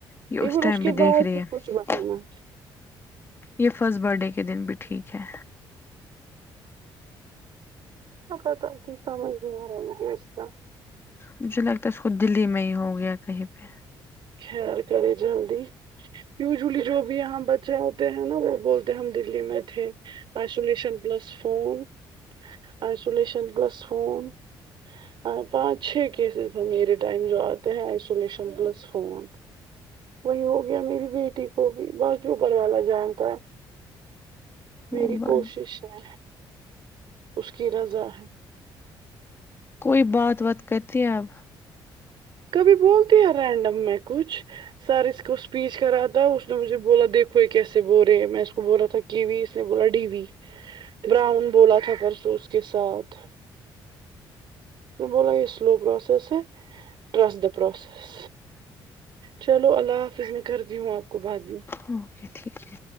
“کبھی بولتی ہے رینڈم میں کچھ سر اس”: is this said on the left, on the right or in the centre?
Right